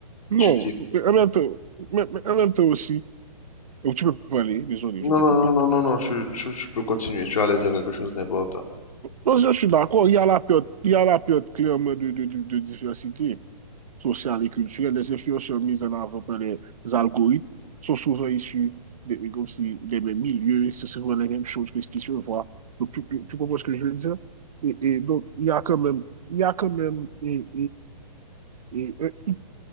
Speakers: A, on the right; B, on the left.
A: Non,
B: Tu
A: en même temps, mais- mais en même temps aussi, donc tu peux parler, désolé, je
B: Non,
A: t'ai
B: non,
A: coupé.
B: non, non, non, non, tu, tu, tu peux continuer. Tu allais dire quelque chose d'important.
A: Non, je suis d'accord, il y a la période, il y a la période clairement de, de, de, de diversité sociale et culturelle. Les influenceurs mises en avant par les algorithmes sont souvent issus des, comme si, des mêmes milieux, c'est souvent les mêmes choses que ce qui se voit. Donc, tu, tu tu comprends ce que je veux dire? Et, et donc, il y a quand même, il y a quand même, et, et, et,